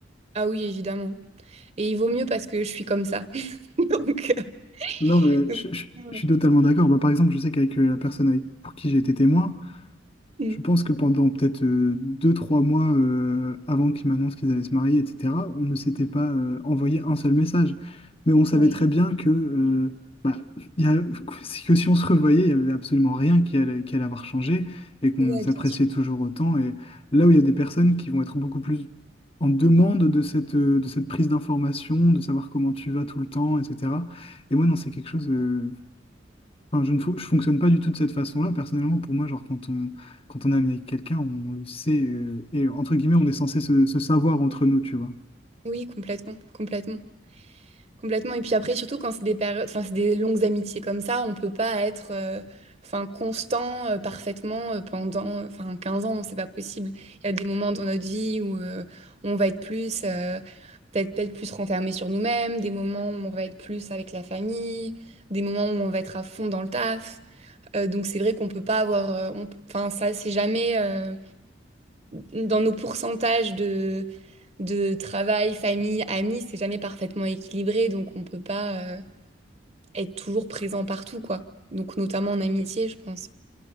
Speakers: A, on the right (about 35°); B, on the left (about 30°).
A: ah oui, évidemment. Et il vaut mieux parce que je suis comme ça. <laughs> Donc, euh,
B: Non, mais
A: donc,
B: je, je-
A: mm.
B: je suis totalement d'accord. Bah, par exemple, je sais qu'avec euh, la personne avec- pour qui j'ai été témoin,
A: Mm.
B: Je pense que pendant peut-être euh, deux, trois mois euh, avant qu'ils m'annoncent qu'ils allaient se marier, etc., on ne s'était pas euh, envoyé un seul message. Mais on savait
A: Ouais.
B: très bien que, euh, bah, il y a- que si on se revoyait, il n'y avait absolument rien qui allait, qui allait avoir changé et qu'on
A: Ouais,
B: s'appréciait
A: bien sûr.
B: toujours autant. Et là où il y a des personnes qui vont être beaucoup plus en demande de cette, euh, de cette prise d'information, de savoir comment tu vas tout le temps, etc. Et moi, non, c'est quelque chose. euh, Enfin, je ne fon- je fonctionne pas du tout de cette façon-là. Personnellement, pour moi, genre, quand on, quand on est ami avec quelqu'un, on le sait. euh, et entre guillemets, on est censé se, se savoir entre nous, tu vois.
A: Oui, complètement, complètement. Complètement. Et puis après, surtout quand c'est des périodes, enfin, c'est des longues amitiés comme ça, on peut pas être euh, enfin, constant euh, parfaitement euh, pendant euh, enfin, 15 ans, c'est pas possible. Il y a des moments dans notre vie où euh, on va être plus, euh, peut-être peut-être plus renfermé sur nous-mêmes, des moments où on va être plus avec la famille, des moments où on va être à fond dans le taf. Euh, donc c'est vrai qu'on peut pas avoir, euh, on- enfin ça c'est jamais euh, dans nos pourcentages de de travail, famille, amis, c'est jamais parfaitement équilibré, donc on peut pas. euh, être toujours présent partout, quoi. Donc, notamment en amitié, je pense.